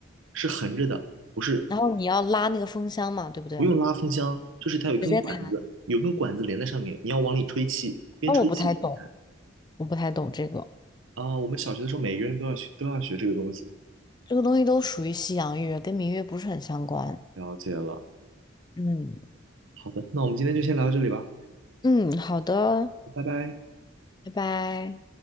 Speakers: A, on the right; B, on the left.
A: 是横着的，不是
B: 然后你要拉那个风箱嘛，对不对？
A: 不用拉风箱，就是它有一根管子，
B: 直接弹。
A: 有根管子连在上面，你要往里吹气，边吹气边弹。
B: 那我不太懂，我不太懂这个，
A: 啊，我们小学的时候每个人都要学，都要学这个东西。
B: 这个东西都属于西洋乐，跟民乐不是很相关。
A: 了解了，
B: 嗯
A: 好的，那我们今天就先聊到这里吧，
B: 嗯，好的，
A: 拜拜。
B: 拜拜。